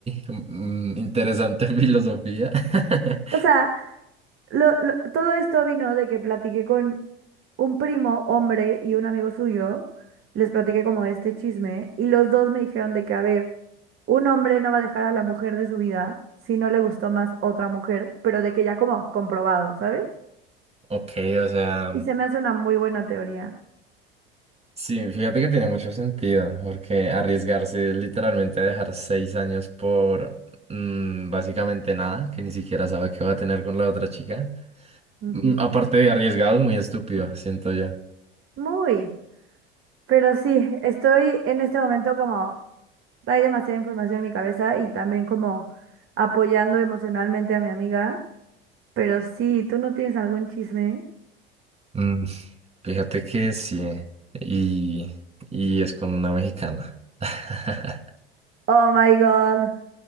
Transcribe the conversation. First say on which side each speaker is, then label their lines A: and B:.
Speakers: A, on the right (about 20°); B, on the right (about 45°).
A: Mm, mm, interesante <laughs> filosofía. <laughs>
B: O sea, lo- lo- todo esto vino de que platiqué con un primo hombre y un amigo suyo, les platiqué como este chisme y los dos me dijeron de que, a ver, un hombre no va a dejar a la mujer de su vida si no le gustó más otra mujer, pero de que ya como comprobado, ¿sabes?
A: Ok, o sea.
B: Y se me hace una muy buena teoría.
A: Sí, fíjate que tiene mucho sentido, porque arriesgarse es literalmente a dejar seis años por mm, básicamente nada, que ni siquiera sabe qué va a tener con la otra chica,
B: Ujú.
A: mm, aparte de arriesgado, es muy estúpido, siento yo.
B: Muy. Pero sí, estoy en este momento como, hay demasiada información en mi cabeza y también como apoyando emocionalmente a mi amiga. Pero sí, ¿tú no tienes algún chisme?
A: Mm, fíjate que sí, y, y es con una mexicana. <laughs>
B: Oh my God.